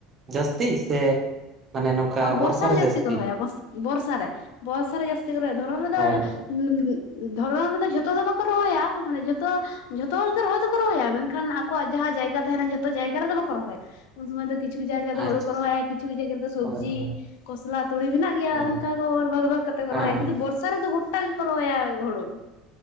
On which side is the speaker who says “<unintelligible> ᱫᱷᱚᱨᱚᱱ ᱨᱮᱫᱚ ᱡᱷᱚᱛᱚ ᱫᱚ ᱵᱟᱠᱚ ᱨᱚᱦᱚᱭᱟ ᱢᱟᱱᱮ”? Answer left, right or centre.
Left